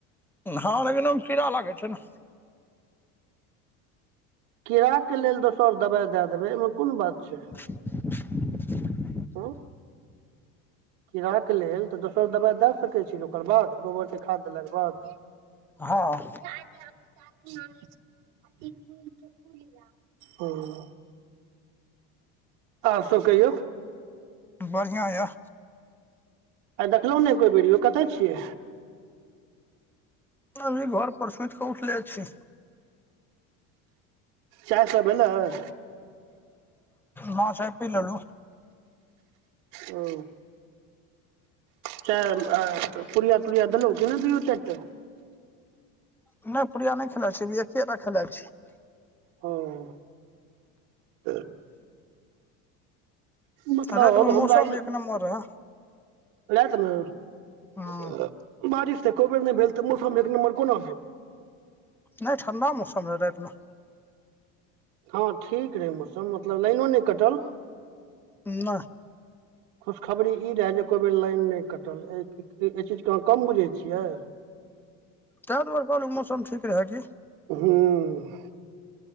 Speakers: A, in the centre; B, on the right (about 75°).
A: हाँ लेकिन ओहिमे कीड़ा लागै छैय। नहि
B: कीड़ाक के लेल दोसर दवाइ दए देबै एहिमे कुन बात छैय।
A: <inaudible>
B: हुँ <inaudible> कीड़ाक के लेल तऽ दोसर दबाइ दय सकैत छी, ने ओकर बाद गोबर के खाद देलाके बाद।
A: हाँ।
B: उ <unintelligible> आर सब कहियौ।
A: बढ़िआं यऽ।
B: आइ देखलहुँ ने एकई बेर यो, कतय छियै।
A: अभी घर पर सुति कऽ उठले छी।
B: चाय सब भेललै?
A: हाँ चाय पी ललु।
B: ओ। चाय अ पुड़िया- तुरीया दलो कि नहि दुयो चारि टा।
A: नहि पूड़िया नहि खेलाइत छी, एकेटा खेला छीय।
B: हूं। उ मतलब
A: रातिमे
B: हमरा
A: मौसम
B: ई
A: एक नम्बर रहै
B: रातमे
A: हँ
B: अ <inaudible> बारिश तऽ एको बेर नहि भेल, तऽ मौसम एक नम्बर कुना भेल।
A: नै ठण्डा मौसम रहे राइत में।
B: हाँ ठीक रहे मौसम मतलब लाइनो नहि कटल।
A: ना।
B: खुशखबरी ई रहै, जे एको बेर लाइन नहि कटल, एहि चीजके अहाँ कम बुझै छियै।
A: ताहि दुआरे कहलहुँ मौसम ठीक रहे की।
B: हुँ।